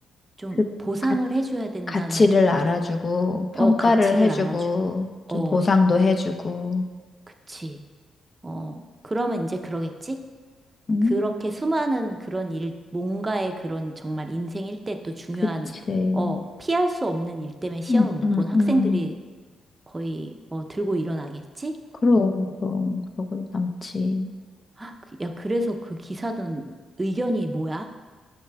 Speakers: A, on the right; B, on the left.
A: 좀
B: 그
A: 보상을
B: 가,
A: 해줘야 된다는,
B: 가치를 알아주고, 평가를
A: 어, 가치를
B: 해주고,
A: 알아주고.
B: 좀
A: 어,
B: 보상도 해주고.
A: 그치. 어, 그러면 이제 그러겠지?
B: 음,
A: 그렇게 수많은 그런 일, 뭔가의 그런 정말 인생 일대 또 중요한,
B: 그치.
A: 어, 피할 수 없는 일 때문에 시험을
B: 음,
A: 못
B: 음,
A: 본 학생들이
B: 음.
A: 거의, 어, 들고 일어나겠지?
B: 그럼, 그럼, 그러고 남지.
A: 아, 그- 야, 그래서 그 기사는 의견이 뭐야?